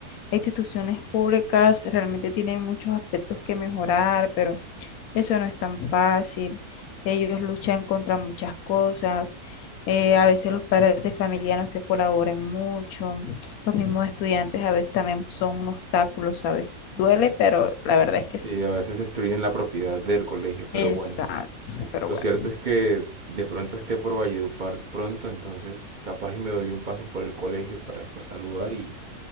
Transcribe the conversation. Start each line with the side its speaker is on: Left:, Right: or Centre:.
Left: Las instituciones públicas realmente tienen muchos aspectos que mejorar, pero Eso no es tan fácil. Ellos luchan contra muchas cosas. eh, a veces los padres de familia no es que colaboren mucho. Los mismos estudiantes a veces también son un obstáculo, ¿sabes? Duele, pero la verdad es que
Right: Sí,
Left: sí.
Right: a veces destruyen la propiedad del colegio, pero
Left: Exacto.
Right: bueno.
Left: Pero
Right: Lo
Left: bueno.
Right: cierto es que de pronto esté por Valledupar pronto, entonces capaz y me doy un paso por el colegio para pues saludar y